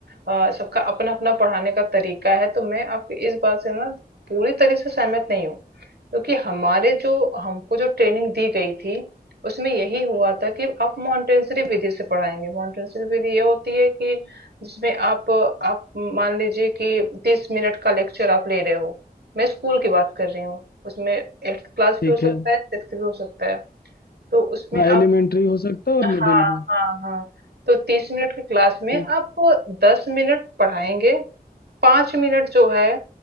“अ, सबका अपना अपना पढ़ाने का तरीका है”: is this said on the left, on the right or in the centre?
Right